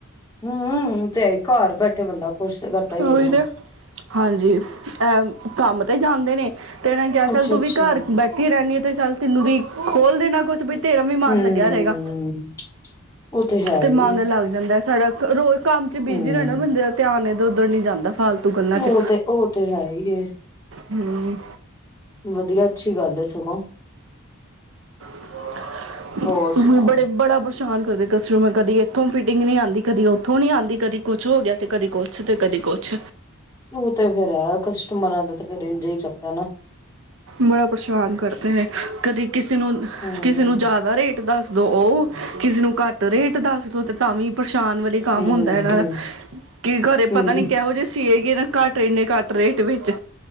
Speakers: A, on the left; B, on the right.
A: ਹੂੰ, ਤੇ ਘਰ ਬੈਠੇ ਬੰਦਾ ਖੁਸ਼ ਕਰਦਾ
B: ਉਹੀ
A: ਹੈ ਨਾ,
B: ਤੇ ਹਾਂਜੀ ਅ ਕੰਮ ਤੇ ਜਾਂਦੇ ਨੇ,, ਤੇ ਐਮੇ ਕਿਹ ਸਕਦੇ
A: ਅੱਛਾ ਅੱਛਾ
B: ਔ ਕਿ ਘਰ ਬੈਠੀ ਰਹਿੰਨੀ ਤੇ, ਤੈਨੂੰ ਵੀ ਖੋਲ ਦੇਣਾ ਕੁਛ ਵੀ ਤੇਰਾ ਵੀ ਮਨ
A: ਹਮ
B: ਲੱਗਿਆ ਰਹੇਗਾ,
A: ਉਹ ਹੈ
B: ਤੇ
A: ਹੀ
B: ਮਨ
A: ਹੈ
B: ਲੱਗ ਜਾਂਦਾ ਸੜਕ ਰੋਜ਼, ਕੰਮ ਚ ਬਿਜ਼ੀ
A: ਹਮ
B: ਰਹਿਣਾ ਬੰਦੇ ਦਾ ਧਿਆਨ, ਉੱਧਰ ਨੀ ਜਾਂਦਾ ਫਾਲਤੂ ਗੱਲਾਂ
A: ਉਹ
B: ਚ
A: ਤੇ ਉਹ ਤੇ ਈ ਐ।
B: ਹੂੰ,
A: ਵਧੀਆ ਅੱਛੀ ਗੱਲ ਹੈ, ਸਗੋਂ।
B: <unintelligible>
A: ਹੋਰ ਸੁਣਾਓ
B: ਬੜੇ ਬੜਾ ਬੁਛ, ਪਰੇਸ਼ਾਨ ਕਰਦੇ ਕਸਟਮਰ ਕਦੀ ਇੱਥੋਂ ਫਿਟਿੰਗ ਨੀ ਆਦੀ, ਕਦੀ ਉੱਥੋਂ ਨਹੀ ਆਦੀ ਕਦੀ ਕੁਛ ਹੋ ਗਿਆ ਤੇ ਕਦੀ ਕੁਛ ਤੇ ਕਦੀ ਕੁਛ
A: ਉਹ ਤੇ ਫੇਰ ਹੈ, ਕਸਟਮਰਾਂ ਦਾ ਤੇ ਫਿਰ ਇੰਝ ਹੀ ਚੱਲਦਾ ਨਾ
B: ਬੜਾ ਪਰੇਸ਼ਾਨ ਕਰਦੇ ਨੇ ਕਦੀ ਕਿਸੇ ਨੂੰ
A: ਹਮ
B: ਕਿਸੇ ਨੂੰ ਜ਼ਿਆਦਾ ਰੇਟ ਦੱਸ ਦੋ ਉਹ, ਕਿਸੇ ਨੂੰ ਘੱਟ ਰੇਟ ਦੱਸ ਦੋ ਤਾਂ ਵੀ ਸ਼ਾਨ ਵਾਲੀ ਕੰਮ
A: ਹਮ
B: ਹੁੰਦਾ ਇਹਨਾਂ
A: ਹਮ
B: ਦਾ ਕੀ ਖਰੇ
A: ਹਮ
B: ਪਤਾ ਨੀ ਕਿਹੋ ਜਿਹੇ ਸੀਏਗੀ ਘੱਟ ਇੰਨੇ ਘੱਟ ਰੇਟ ਵਿੱਚ,